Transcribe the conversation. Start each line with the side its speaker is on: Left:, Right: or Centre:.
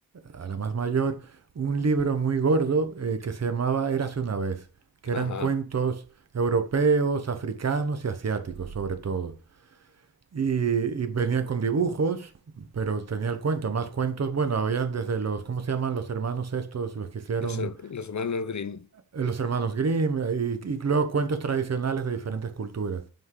Right: a la más mayor, un libro muy gordo eh, que se llamaba Érase una vez, que
Left: Ajá,
Right: eran cuentos europeos, africanos y asiáticos, sobre todo. Y, y venía con dibujos, pero tenía el cuento, más cuentos. Bueno, había desde los, ¿cómo se llaman los hermanos estos? Los que hicieron
Left: los, los hermanos Green,
Right: eh, los hermanos Grimm, eh, y, y luego cuentos tradicionales de diferentes culturas.